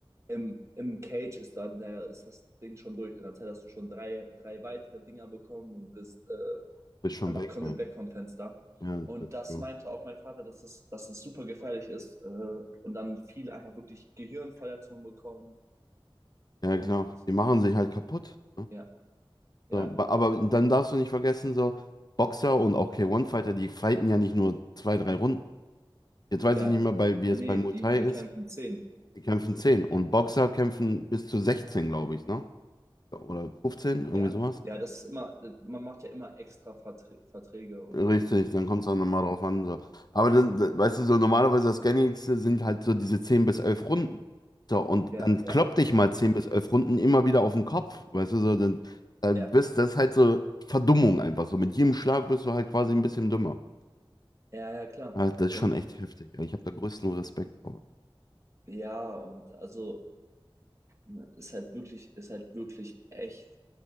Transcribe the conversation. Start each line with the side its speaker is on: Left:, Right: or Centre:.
Right: im, im Cage ist dann der, ist das Ding schon durch. In der Zeit hast du schon drei, drei weitere Dinger bekommen und bist äh,
Left: Bist schon
Right: einfach
Left: weg.
Right: komplett
Left: Ja,
Right: weg vom Fenster.
Left: ja,
Right: Und
Left: das ist
Right: das
Left: so.
Right: meinte auch mein Vater, dass es, dass es super gefährlich ist äh, und dann viele einfach wirklich Gehirnverletzungen bekommen.
Left: Ja,
Right: Und
Left: klar. Die machen sich halt kaputt. Ne?
Right: ja, ja,
Left: So, ba- aber dann darfst du nicht vergessen, so Boxer und auch K1-Fighter, die fighten ja nicht nur zwei, drei Runden. Jetzt weiß
Right: ja,
Left: ich nicht mehr, bei, wie es
Right: nee,
Left: bei Muay
Right: die,
Left: Thai
Right: die
Left: ist.
Right: kämpfen zehn.
Left: Die kämpfen zehn Und Boxer kämpfen bis zu sechzehn glaube ich, ne? Oder fünfzehn irgendwie
Right: Ja,
Left: sowas.
Right: ja, das ist immer, das- man macht ja immer extra Verträ- Verträge und
Left: Richtig,
Right: dann,
Left: dann kommt es auch nochmal drauf an. So. Aber dann, dann- weißt du, so normalerweise das Gängigste sind halt so diese 10 bis 11 Runden. So, und
Right: ja,
Left: dann
Right: ja,
Left: klopp dich mal 10 bis 11 Runden immer wieder auf den Kopf. Weißt du, so, dann, dann
Right: ja,
Left: bist das ist halt so Verdummung einfach. So mit jedem Schlag bist du halt quasi ein bisschen dümmer.
Right: ja, ja, klar.
Left: Also das ist
Right: Und
Left: schon echt heftig. Ich habe da größten Respekt vor.
Right: ja, und also Ne, Ist halt wirklich, ist halt wirklich echt,